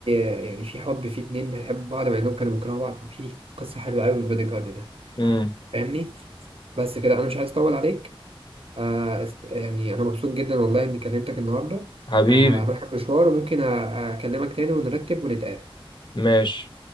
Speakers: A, on the right; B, on the left.
A: آه، يعني في حب في اتنين هيحبوا بعض مع إنهم كانوا بيكرهوا بعض في قصة حلوة أوي في بادي جارد ده
B: امم
A: فاهمني بس كده أنا مش عايز أطول عليك آه، است- يعني أنا مبسوط جدا والله إني كلمتك النهاردة
B: حبيبي
A: آه، أروح المشوار وممكن أ- أكلمك تاني ونرتب ونتقابل
B: ماشي